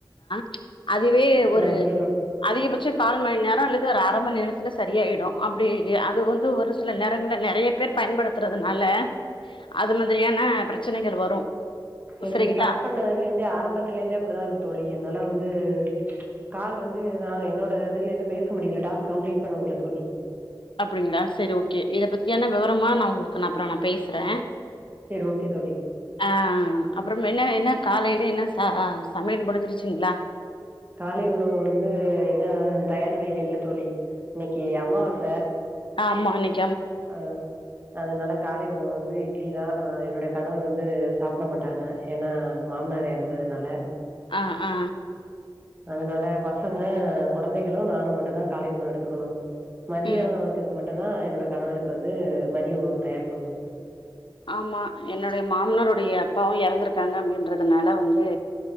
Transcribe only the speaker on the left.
<unintelligible> அதுவே ஒரு
அதிகபட்ச கால் மணி நேரோ அல்லது ஒரு அர மணி நேரத்துல சரியாயிடு அப்டி அது வந்து ஒரு சில நேரங்கள்ல நெறைய பேர் பயன்படுத்துறதுனால அது மாதிரியான ப்ரச்சனைகள் வரு
சரிங்களா
அப்படிங்ளா செரி ஓகே இத பத்தியான விவரமா நா உங்களுக்கு நா அப்றோ நா பேசுறே
அ அப்புறம் என்ன என்ன காலையில என்ன ச அ சமையலு முடிஞ்சிருச்சுங்களா
ஆம்மா இன்னிக்
அ அ
ம்
ஆமா என்னுடைய மாமனருடைய அப்பாவும் எறந்துருக்காங்க அப்டின்றதுனால வந்து